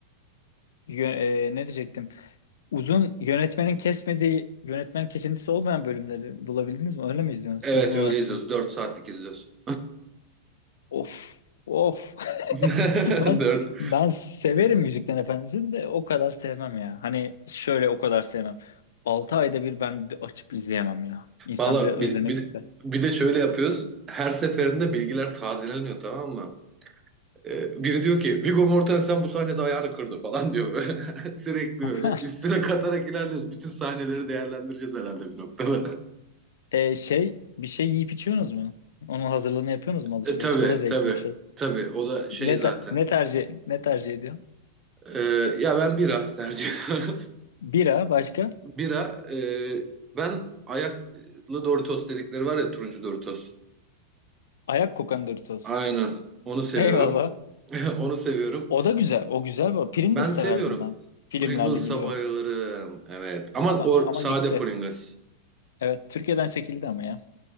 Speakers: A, on the left (about 90°); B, on the right (about 20°).
A: yö- e, ne diyecektim? Uzun yönetmenin kesmediği, yönetmen kesintisi olmayan bölümleri bulabildiniz mi? Öyle mi izliyorsunuz?
B: Evet
A: Uzun
B: öyle
A: versiyon.
B: izliyoruz. dört saatlik izliyoruz.
A: Of of
B: <laughs>
A: <laughs> ben
B: Dört.
A: ben severim Yüzüklerin Efendisi'ni de o kadar sevmem ya. Hani şöyle o kadar sevmem. 6 ayda bir ben bir açıp izleyemem ya. İnsan
B: Valla
A: biraz özlemek
B: bir, bir,
A: ister.
B: bir de şöyle yapıyoruz. Her seferinde bilgiler tazeleniyor tamam mı? E, biri diyor ki Viggo Mortensen bu sahnede ayağını kırdı falan diyor böyle. <laughs> Sürekli
A: <laughs>
B: böyle üstüne katarak ilerliyoruz. Bütün sahneleri değerlendireceğiz herhalde bir noktada.
A: E, şey bir şey yiyip içiyorsunuz mu? Onun hazırlığını yapıyorsunuz mu alışveriş?
B: E, tabii
A: O da zevkli
B: tabii
A: bir şey.
B: tabii o da şey
A: Ne
B: zaten.
A: te- ne tercih ne tercih ediyor?
B: E, ya ben bira tercih ediyorum.
A: Bira başka?
B: <laughs> Bira e, ben ayaklı Doritos dedikleri var ya turuncu Doritos.
A: Ayak kokan Doritos.
B: Aynen onu seviyorum.
A: Eyvallah.
B: <laughs> Onu seviyorum.
A: O da güzel. O güzel bu. Pringles
B: Ben
A: severdim
B: seviyorum.
A: ben. Filmlerle
B: Pringles'a
A: gidiyor.
B: bayılırım. Evet ama
A: Ama
B: o
A: ama
B: sade
A: gitti.
B: Pringles.
A: Evet Türkiye'den çekildi ama ya.